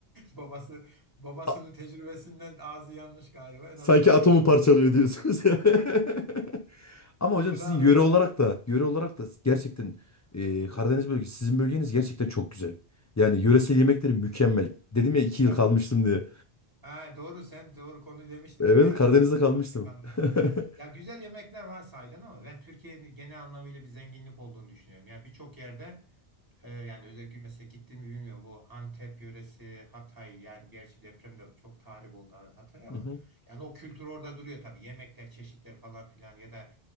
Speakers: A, on the right (about 20°); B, on the left (about 25°).
A: babası babasının
B: A-
A: tecrübesinden ağzı yanmış galiba en
B: Sanki
A: azından
B: atomu
A: görüntü.
B: parçalıyor
A: <laughs>
B: diyorsunuz. <laughs> Ama hocam
A: Bu
B: sizin
A: daha
B: yöre
A: böyle
B: olarak da yöre olarak da gerçekten e, Karadeniz bölgesi sizin bölgeniz gerçekten çok güzel. Yani yöresel yemekleri mükemmel. Dedim ya iki
A: ya
B: yıl kalmıştım
A: bu
B: diye.
A: Ha, doğru sen doğru konu demiştin
B: Evet
A: değil mi? Giresun'da
B: Karadeniz'de kalmıştım.
A: ekmek almıştın diye.
B: <laughs>
A: Ya güzel yemekler var sahiden ama ben Türkiye'nin genel anlamıyla bir zenginlik olduğunu düşünüyorum. Yani birçok yerde e, yani özellikle mesela gittim mi bilmiyorum bu Antep yöresi, Hatay yani gerçi depremde çok tahrip oldu Hatay ama
B: Hı hı.
A: yani o kültür orada duruyor tabii. Yemekler, çeşitler falan filan ya da